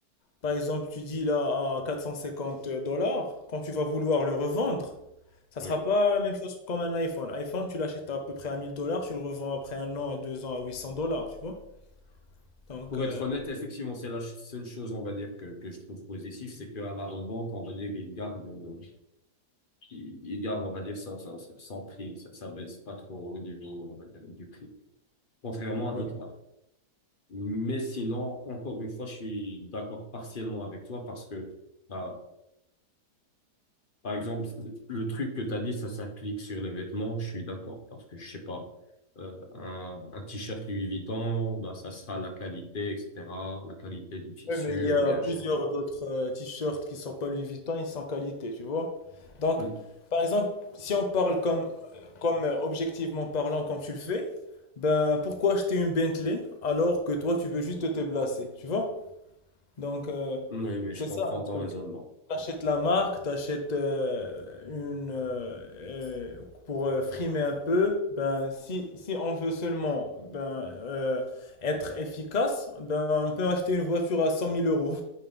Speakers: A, on the left (about 60°); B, on the left (about 35°).
A: par exemple, tu dis là à 450 dollars, quand tu vas vouloir le revendre, ça
B: oui.
A: sera pas la même chose comme un iPhone. iPhone, tu l'achètes à peu près à 1000 dollars, tu le revends après un an, à deux ans à 800 dollars, tu vois. Donc,
B: Pour
A: euh,
B: être honnête, effectivement, c'est la ch- seule chose, on va dire, que, que je trouve positive, c'est qu'à la revente, on va dire, il garde, euh, il il garde, on va dire, son, son, son prix. Ça, ça baisse pas trop au niveau, on va dire, du prix. Contrairement à d'autres
A: Ouais.
B: marques. Mais sinon, encore une fois, je suis d'accord partiellement avec toi parce que, bah, Par exemple, le truc que tu as dit, ça s'applique sur les vêtements, je suis d'accord, parce que je sais pas, euh, un, un t-shirt Louis Vuitton, ben, ça sera la qualité, etc., la qualité du tissu,
A: Oui, mais il y
B: ou
A: a
B: bien,
A: plusieurs
B: je sais pas.
A: d'autres euh, t-shirts qui sont pas Louis Vuitton, ils sont qualité, tu vois. Donc,
B: Mm.
A: par exemple, si on parle comme, comme euh, objectivement parlant, comme tu le fais, ben pourquoi acheter une Bentley alors que toi tu veux juste te placer, tu vois? Donc, euh,
B: Oui, oui,
A: c'est
B: je comprends
A: ça le
B: ton
A: truc.
B: raisonnement.
A: T'achètes la marque, t'achètes euh, une euh, euh, pour euh, frimer un peu. Ben si si on veut seulement ben euh, être efficace, ben on peut acheter une voiture à cent mille euros.